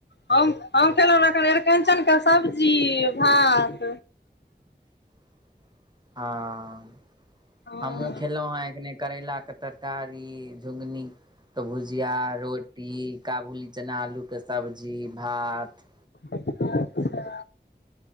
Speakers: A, on the left; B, on the right.
A: हम हम खेलहुँ एखन अरिकन्चन कऽ सब्जी भात
B: <inaudible> हँ
A: हँ
B: हमहुँ खेलहुँ हँ एखने करैलाके तरकारी ई झुगनी तऽ भुजिया रोटी काबुली चना आलूके सब्जी भात
A: अच्छा